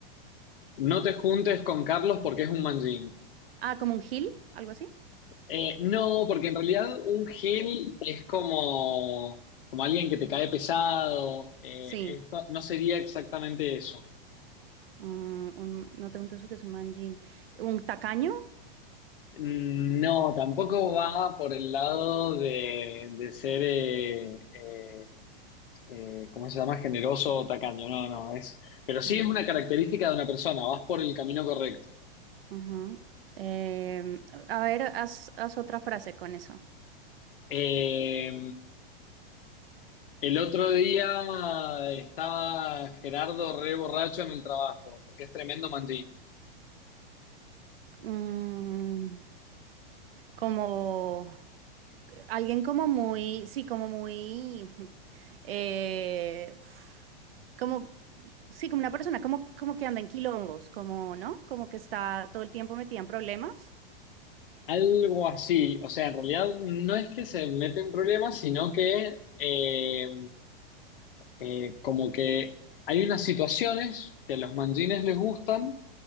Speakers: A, on the left; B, on the right.
A: No te juntes con Carlos porque es un manjín.
B: Ah, como un gil, algo así.
A: Eh, no, porque en realidad un gil es como, como alguien que te cae pesado. eh,
B: Sí.
A: esto no sería exactamente eso.
B: Mm, un- no te preguntes porque es un manjín. ¿Un tacaño?
A: No, tampoco va por el lado de, de ser, eh, eh, eh, ¿cómo se llama? Generoso o tacaño. No, no, es. Pero sí
B: Mm,
A: es una característica de una persona, vas por el camino correcto.
B: ujú. Em, a ver, haz, haz otra frase con eso.
A: Eh, El otro día estaba Gerardo re borracho en el trabajo, porque es tremendo manjín.
B: Mm, como alguien como muy, sí, como muy, eh, como, sí, como una persona, como, como que anda en quilombos, como, ¿no? Como que está todo el tiempo metida en problemas.
A: Algo así, o sea, en realidad no es que se mete en problemas, sino que eh, eh, como que hay unas situaciones que a los manjines les gustan,